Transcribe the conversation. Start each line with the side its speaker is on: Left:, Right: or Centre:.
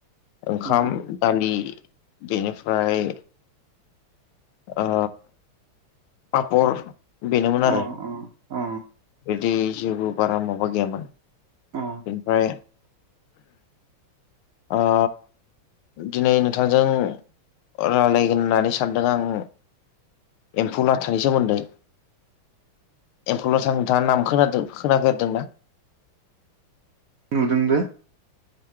Left: ओंखाम
Right: अ
Left: दालि बेनिफ्राय ओ पापर बेनोमोन आरो
Right: अ अ अ
Left: बिदि जेबो बारा माबा गैयामोन
Right: अ
Left: बेनिफ्राय आ दिनै नोंथांजों रायलायगोन होननानै सानदों आं एम्फौ लाथानि सोमोन्दै एम्फौ लाथा नोंथाङा नाम खोनादों खोनागोरदों ना
Right: नुदोंबो